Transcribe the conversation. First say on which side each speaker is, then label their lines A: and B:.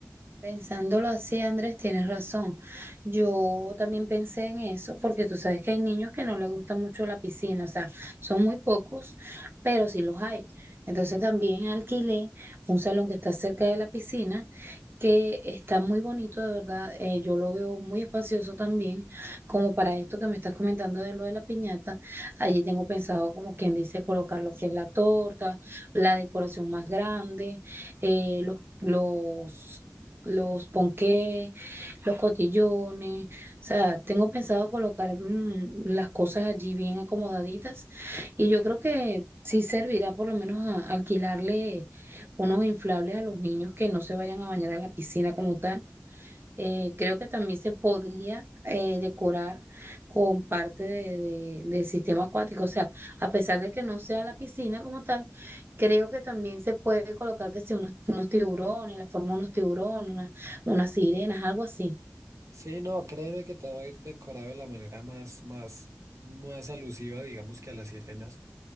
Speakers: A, on the right; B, on the right.
A: Pensándolo así, Andrés, tienes razón. Yo también pensé en eso, porque tú sabes que hay niños que no les gusta mucho la piscina, o sea, son muy pocos, pero sí los hay. Entonces también alquilé un salón que está cerca de la piscina, que está muy bonito, de verdad. eh, yo lo veo muy espacioso también, como para esto que me estás comentando de lo de la piñata. Allí tengo pensado, como quien dice, colocar lo que es la torta, la decoración más grande, eh, los... Los los ponqués, los cotillones. O sea, tengo pensado colocar mm, las cosas allí bien acomodaditas y yo creo que sí servirá por lo menos a- alquilarle unos inflables a los niños que no se vayan a bañar en la piscina como tal. Eh, creo que también se podría eh, decorar con parte de- de- del sistema acuático. O sea, a pesar de que no sea la piscina como tal, creo que también se puede colocar que si unos, unos tiburones, la forma de unos tiburones, una- unas sirenas, algo así.
B: Sí, no, créeme que todo va a ir decorado de la manera más, más, más alusiva, digamos que a las sirenas.